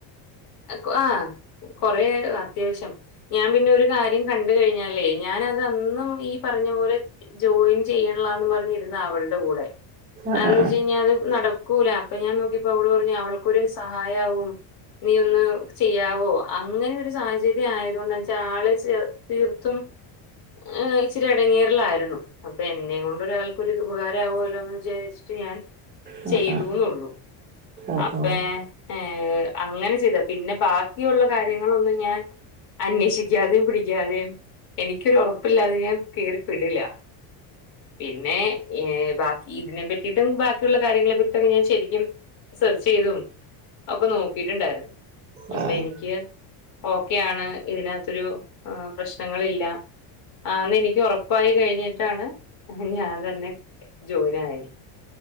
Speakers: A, on the left; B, on the right.
A: അക്കു ആഹാ കൊറേ അത്യാവശ്യം ഞാൻ പിന്നെ ഒരു കാര്യം കണ്ട് കഴിഞ്ഞാലേ ഞാൻ അത് അന്നും ഈ പറഞ്ഞ പോലെ ജോയിൻ ചെയണ്ല്ലാന്നും പറഞ്ഞിരുന്ന അവൾടെ കൂടെ
B: ആഹ്
A: എന്ന് വെച്ച്
B: ആഹ്
A: കഴിഞ്ഞാൽ അത് നടക്കൂല അപ്പ ഞാൻ നോക്കിപ്പോ അവളു പറഞ്ഞു അവൾക്കൊരു സഹായാവുന്ന് നീ ഒന്ന് ആവോ അങ്ങനെ ഒരു സാഹചര്യം ആയതൊണ്ടെന്നെച്ചാൽ ആള് ചെ തീർത്തും ഏഹ് ഇച്ചിരി എടങ്ങേറിലായിരുന്നു അപ്പൊ എന്നേം കൊണ്ട് ഒരാൾക്കൊരു ഇത് ഉപകാരമാവുമല്ലോ എന്ന് വിചാരിച്ചിട്ട് ഞാൻ
B: ആഹ്
A: ചെയ്തുന്നുള്ളു
B: ആഹ് ആഹ്
A: അപ്പേ
B: ആഹ്
A: ഏഹ് അങ്ങനെ ചെയ്ത പിന്നെ ബാക്കിയുള്ള കാര്യങ്ങളൊന്നും ഞാൻ അന്വേഷിക്കാതെയും പിടിക്കാതെയും എനിക്കൊരു ഉറപ്പില്ലാതെ ഞാൻ കേറിപ്പെടില്ല പിന്നെ ഏഹ്ഹ് ബാക്കി ഇതിനെ പറ്റിട്ടും ബാക്കിയുള്ള കാര്യങ്ങളെ പറ്റിട്ടുംക്കെ ഞാൻ ശെരിക്കും സെർച്ചെയ്തും ഒക്കെ നോക്കിയിട്ടുണ്ടായിരുന്നു.
B: ആഹ്
A: അപ്പഎനിക്ക് ഓക്കെയാണ് ഇതിനകത്തൊരു പ്രശ്നങ്ങളില്ല ആന്ന് എനിക്ക് ഉറപ്പായി കഴിഞ്ഞിട്ടാണ് ഞാൻ തന്നെ ജോയിൻ ആയി